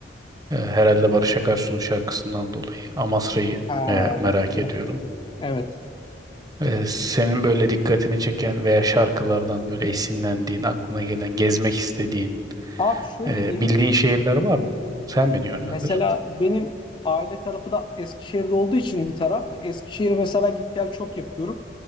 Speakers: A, on the right; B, on the left.
A: Ee, herhalde Barış Akarsu'nun şarkısından dolayı. Amasra'yı
B: Ha,
A: me- merak
B: bak güzel.
A: ediyorum.
B: Evet.
A: Ee, senin böyle dikkatini çeken veya şarkılardan böyle esinlendiğin, aklına gelen, gezmek istediğin,
B: Abi şöyle
A: e,
B: diyeyim.
A: bildiğin şehirler var mı? Sen beni yönlendir.
B: Mesela benim aile tarafı da Eskişehir'de olduğu için bir taraf. Eskişehir'e mesela git gel çok yapıyorum.